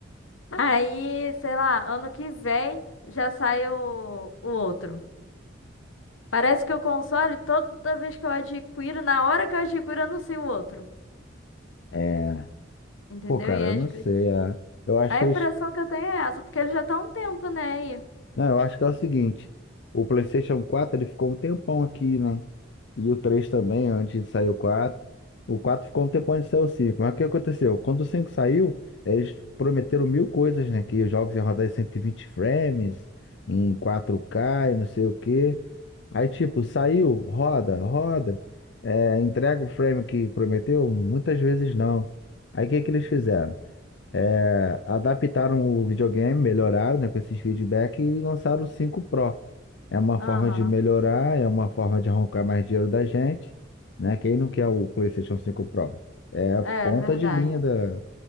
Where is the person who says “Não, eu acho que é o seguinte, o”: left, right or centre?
Left